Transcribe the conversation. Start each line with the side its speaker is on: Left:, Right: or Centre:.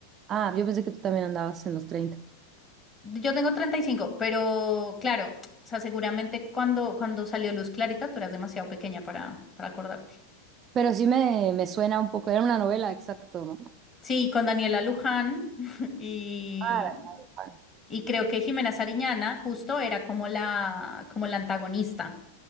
Right: Ah, yo pensé que tú también andabas en los treinta,
Left: Yo tengo 35, pero claro, o sea, seguramente cuando, cuando salió Luz Clarita, tú eras demasiado pequeña para, para acordarte.
Right: Pero sí me, me suena un poco. Era una novela, exacto, ¿no?
Left: Sí, con Daniela Luján <laughs> y,
Right: Ah, la de
Left: y creo que Jimena Sariñana justo era como la, como la antagonista.